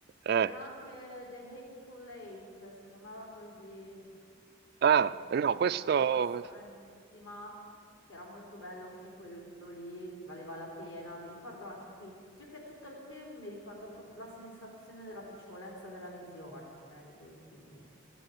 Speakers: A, on the right; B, on the left.
A: eh.
B: c'era anche The Hateful Eight, si chiamava così,
A: Ah,
B: mm, che
A: no,
B: era una
A: questo
B: roba stranissima, che era molto bello anche quello lì, che valeva la pena. Mi ricordo anche qui, più che tutto il film, mi ricordo proprio la sensazione della piacevolezza della visione di quel film lì.